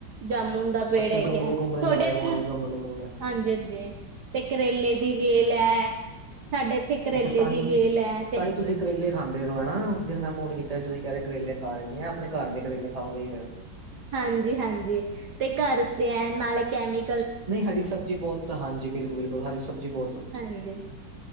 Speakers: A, on the right; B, on the right.
A: ਜਾਮੁਨ ਦਾ ਪੇੜ
B: ਅੱਛੇ
A: ਹੈਗਾ।
B: ਗਮਲੇ-ਗੁਮਲੇ
A: ਤੁਹਾਡੇ
B: ਲਗਾਏ
A: ਇੱਥੇ
B: ਹੋਨੇ ਗਮਲੇ-ਗੁਮਲੇ।
A: ਹਾਂਜੀ-ਹਾਂਜੀ ਤੇ ਕਰੇਲੇ ਦੀ ਵੇਲ ਐ ਸਾਡੇ ਇੱਥੇ ਕਰੇਲੇ
B: ਅੱਛਾ ਤਾਂਹੀ,
A: ਦੀ ਵੇਲ ਐ ਤੇ
B: ਤਾਂਹੀ ਤੁਸੀਂ ਕਰੇਲੇ ਖਾਂਦੇ ਸੋ ਹੈਨਾ, ਓਸ ਦਿਨ ਮੈਂ ਫੋਨ ਕੀਤਾ ਤੁਸੀਂ ਕੈ ਰਹੇ ਕਰੇਲੇ ਖਾ ਰਹੇ ਸੀ, ਆਪਨੇ ਘਰ ਦੇ ਕਰੇਲੇ ਖਾਓਗੇ ਫੇਰ
A: ਹਾਂਜੀ-ਹਾਂਜੀ ਤੇ ਘਰ ਦੇ ਏ ਨਾਲੇ ਕੈਮੀ
B: ਨਈ ਹਰੀ ਸਬਜ਼ੀ ਬੋਤ ਹਾਂਜੀ ਬਿਲਕੁਲ-ਬਿਲਕੁਲ ਹਰੀ ਸਬਜ਼ੀ ਬੋਤ
A: ਹਾਂਜੀ,